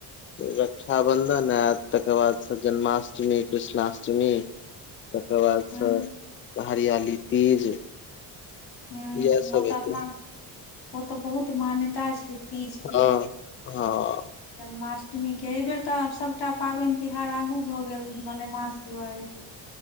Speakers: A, on the left; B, on the left.
A: रक्षाबंधन आयत तकर बाद जन्माष्टमी कृष्णाष्टमी
B: <inaudible>
A: तकर बादसँ
B: हूँ
A: हरियाली तीज।
B: हू
A: इएह सब
B: ओ
A: हेतै
B: तऽ अपना ओ तऽ बहुत मान्यता छै। तीज के
A: हँ हँ
B: जन्माष्टमीके एहि बेर तऽ सभटा पाबनि तिहार आगू भऽ गेल मनेमास दुआरे।